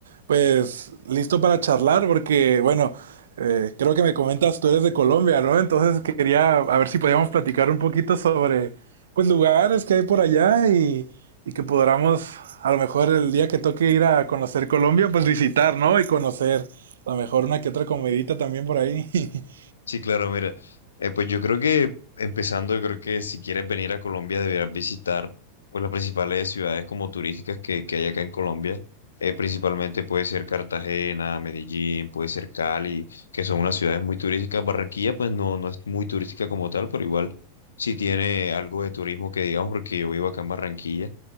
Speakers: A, on the right; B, on the left.
A: pues listo para charlar porque bueno, eh, creo que me comentas tú eres de Colombia, ¿no? Entonces quería a ver si podíamos platicar un poquito sobre pues lugares que hay por allá y, y que podamos a lo mejor el día que toque ir a conocer Colombia pues visitar, ¿no? Y conocer a lo mejor una que otra comidita también por ahí. <laughs>
B: Sí, claro, mira, eh, pues yo creo que empezando, yo creo que si quieres venir a Colombia deberás visitar pues las principales ciudades como turísticas que, que hay acá en Colombia. Eh, principalmente puede ser Cartagena, Medellín, puede ser Cali, que son unas ciudades muy turísticas. Barranquilla pues no, no es muy turística como tal, pero igual sí tiene algo de turismo que digamos porque yo vivo acá en Barranquilla.